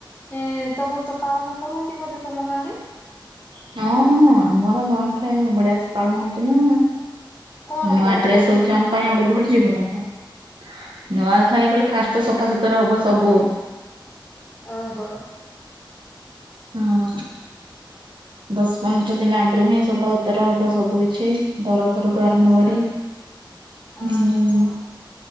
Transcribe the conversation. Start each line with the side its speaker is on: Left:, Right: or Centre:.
Left: ହଁ ତମର ତ ପାଳନ କରନ୍ତି ବୋଧେ ତମ ଗାଁ ରେ?
Right: ହଁ ହ ଆମର ନୂଆଖ ବଢିଆ ସେ ପାଳନ ହଉଛି ନା।
Left: କଣ
Right: ନୂଆ
Left: କଣ
Right: ଡ୍ରେସ
Left: କରୁଛ
Right: ହଉଛି
Left: ନୂଆଖାଇରେ?
Right: ଆମ ପାଇଁ ଆ ଗୋଟେ ଭୁଲ ଯିବୁ ନା କଣ ନୂଆ ଖାଇ କଲେ ଫାଷ୍ଟ ତ ସଫାସଫା। <unintelligible> ସବୁ
Left: ଓହୋ
Right: ହଁ ଦଶ ପନ୍ଦର ଦିନ ଆଗରୁ ହିଁ ସଫାସୁତର ହବ ସବୁ କିଛି। ଘର ଘରଠୁ ଆରମ୍ଭ
Left: ଆଚ୍ଛା
Right: କରି
Left: ଓହୋ
Right: ହୁଁ।